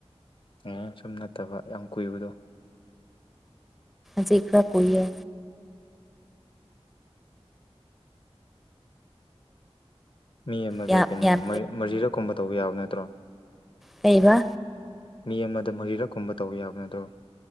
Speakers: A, on the left; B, in the centre.
A: ꯑꯦ ꯁꯨꯝ ꯅꯠꯇꯕ ꯌꯥꯝ ꯀꯨꯏꯕꯗꯣ
B: ꯆꯦꯜꯀ ꯀꯨꯔ
A: ꯃꯤ ꯑꯃꯗ
B: ꯌꯥꯝ
A: ꯀꯩꯅꯣ
B: ꯌꯥꯝ
A: ꯃꯖꯤꯔꯛꯀꯨꯝꯕ ꯇꯧꯕ ꯌꯥꯕ ꯅꯠꯇ꯭ꯔꯣ
B: ꯂꯩꯩꯕ
A: ꯃꯤ ꯑꯃꯗ ꯃꯔꯤꯔꯛ ꯀꯨꯝꯕ ꯇꯧꯕ ꯌꯥꯕ ꯅꯗ꯭ꯔꯣ